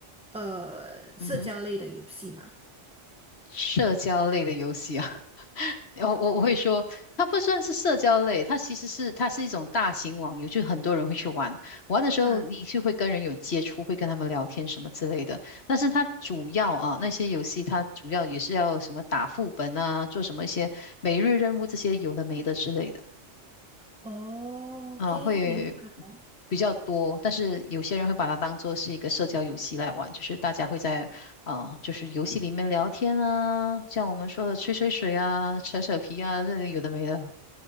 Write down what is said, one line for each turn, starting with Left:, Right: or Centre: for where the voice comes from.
Centre: 呃社交类的游戏吗？
Left: 嗯哼，社交类的游戏啊。我我我会说，它不算是社交类，它其实是它是一种大型网游，就很多人会去玩。玩的时候，
Centre: 啊，
Left: 你就会跟人有接触，会跟他们聊天什么之类的。但是它主要啊，那些游戏它主要也是要什么打副本啊，做什么一些每日任务这些有的没的之类的
Centre: 哦，OK，
Left: 啊，会
Centre: 明白。
Left: 比较多。但是有些人会把它当做是一个社交游戏来玩，就是大家会在啊、呃就是游戏里面聊天啊，像我们说的吹吹水啊、扯扯皮啊，这里有的没的。